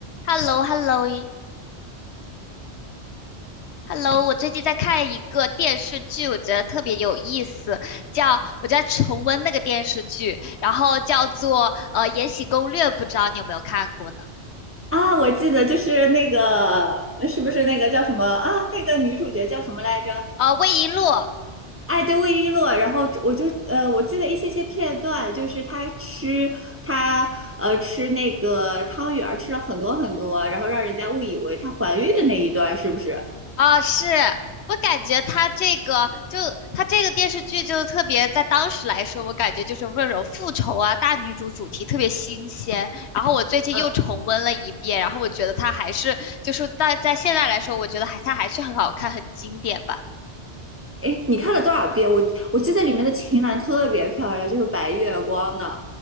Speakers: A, on the left (about 75°); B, on the right (about 15°).
A: h e l l o h e l l o h e l l o 我最近在看一个电视剧，我觉得特别有意思，叫我在重温那个电视剧，然后叫做呃《延禧攻略》，不知道你有没有看过呢？
B: 啊，我记得就是那个，那是不是那个叫什么啊？那个女主角叫什么来着？
A: 呃，魏璎珞
B: 哎，对，魏璎珞。然后我就呃，我记得一些些片段，就是她吃她呃吃那个汤圆儿，吃了很多很多，然后让人家误以为她怀孕的那一段，是不是？
A: 啊，是我感觉她这个就她这个电视剧就特别，在当时来说，我感觉就是温柔复仇啊，大女主主题特别新鲜。然后我最近又重温了一遍，
B: 嗯，
A: 然后我觉得它还是就是在在现在来说，我觉得还它还是很好看，很经典吧。
B: 哎，你看了多少遍？我我记得里面的秦岚特别漂亮，就是白月光呢。